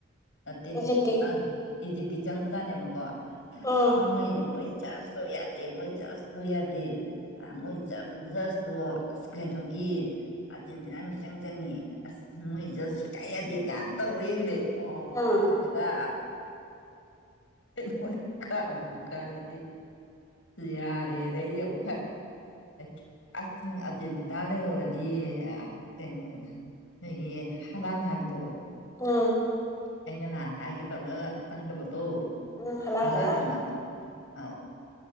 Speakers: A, on the left; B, on the left.
A: ꯅꯠꯇꯦ
B: ꯏꯖꯤꯞꯀꯤ
A: ꯑꯪ ꯏꯖꯤꯞꯀꯤ ꯆꯪꯕꯖꯥꯠꯅꯦꯕꯀꯣ
B: ꯎꯝ
A: ꯑꯁ ꯃꯣꯏ ꯃꯣꯏ ꯆꯁꯇꯣ ꯌꯥꯗꯦ ꯃꯣꯏ ꯖꯁꯇꯨ ꯌꯥ ꯗꯦ ꯑ ꯃꯣꯏ ꯖ ꯖꯁꯇꯣ ꯑꯁ ꯀꯩꯅꯣꯒꯤ ꯑꯥꯔꯖꯦꯟꯇꯤꯅꯥ ꯃꯤꯆꯪ ꯆꯪꯉꯦ ꯑꯁ ꯃꯣꯏ ꯖꯁ ꯁꯨꯛꯌꯥ ꯌꯥꯗꯦ <unintelligible> ꯇꯧꯔꯦꯅꯦ ꯑꯣ ꯑꯣ
B: ꯎꯝ
A: ꯐꯔꯦꯗ <unintelligible> ꯀꯥꯕꯨ‌ ꯀꯥꯔꯗꯤ ꯌꯥꯔꯦꯅ‌‌ ꯑꯩꯖꯦ ꯑꯃꯨꯛ <unintelligible> ꯑꯁ ꯑꯔꯖꯦꯟꯇꯤꯅꯥ ꯂꯩꯍꯧꯔꯗꯤ ꯑ ꯀꯩꯅꫭ ꯅꯣꯏꯒꯤ ꯍꯂꯥꯟ ꯍꯥꯏꯕꯗꯣ
B: <unintelligible>
A: ꯑꯩꯅ ꯅꯍꯥꯟ ꯍꯥꯏꯒꯦ ꯇꯧꯔꯒ ꯈꯪꯗꯕꯗꯣ
B: ꯎꯝ ꯍꯂꯥꯜ
A: ꯍꯜꯂꯥꯟꯅ
B: ꯍꯂꯥꯜ
A: ꯑꯃ ꯑꯥꯎ